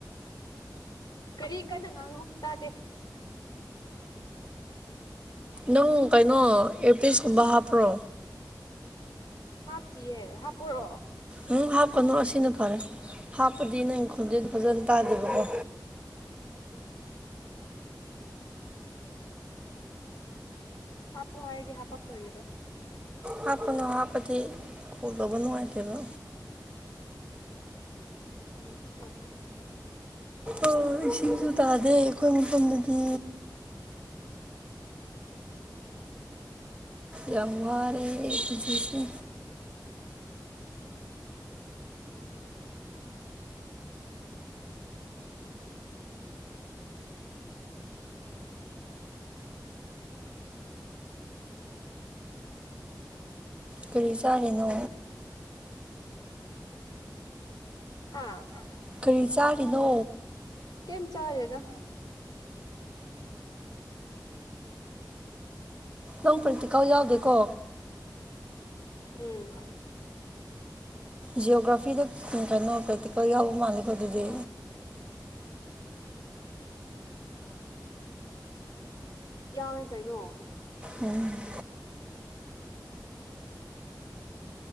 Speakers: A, on the left; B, on the right.
A: ꯀꯔꯤ ꯀꯟꯅ ꯉꯥꯡꯉꯣ ꯇꯥꯗꯦ
B: ꯅꯪ ꯀꯩꯅꯣ ꯏꯌꯔꯄꯤꯁꯀꯨꯝꯕ ꯍꯥꯞꯄ꯭ꯔꯣ
A: ꯍꯞ ꯇꯤꯌꯦꯍꯥꯞꯄꯣꯔꯣ
B: ꯎꯝ ꯍꯥꯞꯀꯅꯨ ꯑꯁꯤꯅ ꯐꯔꯦ ꯍꯥꯞꯄꯗꯤ ꯅꯪꯒꯤ ꯈꯣꯟꯖ ꯦꯗꯣ ꯐꯖꯅ ꯇꯥꯗꯦꯕꯀꯣ
A: ꯎꯝ ꯍꯥꯞꯄꯨ ꯍꯥꯏꯔꯗꯤ ꯍꯥꯄꯛꯇꯣꯔꯤꯕ
B: ꯍꯥꯞꯄꯅꯣ ꯍꯥꯞ ꯄꯗꯤ ꯀꯣꯟꯇꯧꯕ ꯅꯨꯡꯉꯥꯏ ꯇꯦꯕꯥ
A: ꯎꯝ ꯍꯣꯏ ꯍꯣꯏ
B: ꯑꯣ ꯏꯁꯤꯡꯁꯨ ꯇꯥꯗꯦ ꯑꯩꯈꯣꯏ ꯃꯐꯝꯗꯗꯤ ꯌꯥꯝ ꯋꯥꯔꯦ ꯄꯨꯟꯁꯤꯁꯦ ꯀꯔꯤ ꯆꯥꯔꯤꯅꯣ
A: ꯍꯥꯥ
B: ꯀꯔꯤ ꯆꯥꯔꯤꯅꯣ
A: ꯀꯦꯝ ꯆꯥꯗꯦꯗ
B: ꯅꯪ ꯄ꯭ꯔꯦꯛꯇꯤꯀꯦꯜ ꯌꯥꯎꯗꯦꯀꯣ
A: ꯎꯝ
B: ꯖꯤꯑꯣꯒ꯭ꯔꯥꯐꯤꯗ ꯀꯩꯅꯣ ꯄ꯭ꯔꯦꯛꯇꯤꯀꯦꯜ ꯌꯥꯎꯕ ꯃꯥꯜꯂꯤꯀꯣ ꯑꯗꯨꯗꯤ
A: ꯌꯥꯎꯌꯦ ꯀꯩꯅꯣ
B: ꯎꯝ